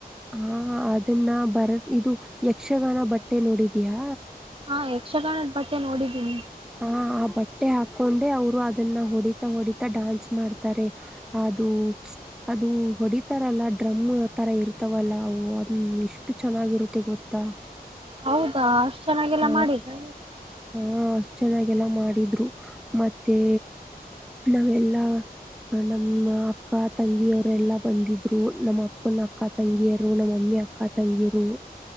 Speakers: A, in the centre; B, on the right.
A: ಹಾ ಅದನ್ನ ಬರತ್ ಇದು ಯಕ್ಷಗಾನ ಬಟ್ಟೆ ನೋಡಿದ್ಯಾ
B: ಹಾ ಯಕ್ಷಗಾನದ ಬಟ್ಟೆ ನೋಡಿದ <inaudible>
A: ಹ ಆ ಬಟ್ಟೆ ಹಾಕೊಂಡೆ ಅವರು ಅದನ್ನ ಹೊಡಿತಾ ಹೊಡಿತ ಡಾನ್ಸ್ ಮಾಡ್ತಾರೆ. ಅದು ಅದು ಹೊಡಿತಾರಲ್ಲ ಡ್ರಮ್ ತರ ಇರ್ತವಲ್ಲ ಅವು ಅ ಇಷ್ಟ ಎಷ್ಟು ಚೆನ್ನಾಗಿರುತ್ತೆ ಗೊತ್ತಾ?
B: ಹೌದಾ ಅಷ್ಟ್ ಚೆನ್ನಾಗೆಲ್ಲ
A: ಹ
B: ಮಾಡಿದ್ರ?
A: ಹ ಅಷ್ಟ್ ಚೆನ್ನಾಗೆಲ್ಲ ಮಾಡಿದ್ರು. ಮತ್ತೆ ನಾವೆಲ್ಲಾ ನಮ್ಮ ಅಕ್ಕ ತಂಗಿಯವರು ಎಲ್ಲಾ ಬಂದಿದ್ರು. ನಮ್ಮ ಅಪ್ಪನ ಅಕ್ಕ ತಂಗಿಯರು ನಮ್ಮಮ್ಮಿ ಅಕ್ಕ ತಂಗಿಯರು.